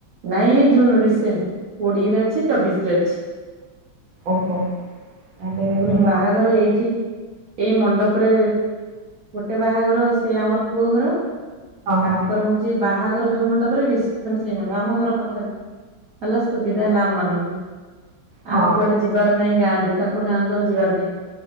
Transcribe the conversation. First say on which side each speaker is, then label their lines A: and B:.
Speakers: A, on the right; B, on the right.
A: ନାଇଁ ଏ ଜୁନ ରିସେଣ୍ଟ କୋଡିଏରେ ଅଛି ଚବିଶ ରେ ଅଛି।
B: ଓହୋ ତାହେଲେ
A: ପୁଣି
B: ଭଲ
A: ବାହାଘର
B: ଗୋଟେ ହଁ
A: ଏଇଠି ଏଇ ମଣ୍ଡପରେ ଗୋଟେ ବାହାଘର ସେ ଆମର ପୁଅ ଘର
B: ହଁ
A: ତାଙ୍କର ହୋଉଚି ସେ ବାହାଘର ଯୋଉ ମଣ୍ଡପରେ ରିସେପସନ ସେଇ ମଣ୍ଡପ ଆମ ଘର ପାଖରେ। ହେଲା ସୁବିଧା ହେଲା ଆମ ମାନଙ୍କୁ।
B: ହଁ
A: ଆଉ କୁଆଡେ ଯିବାର ନାହିଁ ଗାଁକୁ ତାଙ୍କ ଗାଁକୁ ଆଉ ଯିବାର ନାହିଁ।